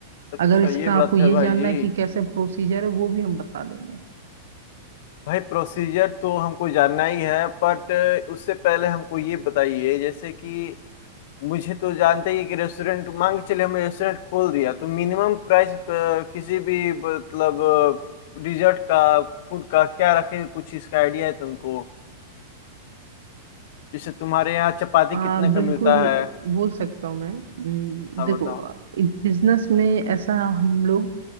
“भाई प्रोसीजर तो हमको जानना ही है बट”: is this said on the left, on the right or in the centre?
Left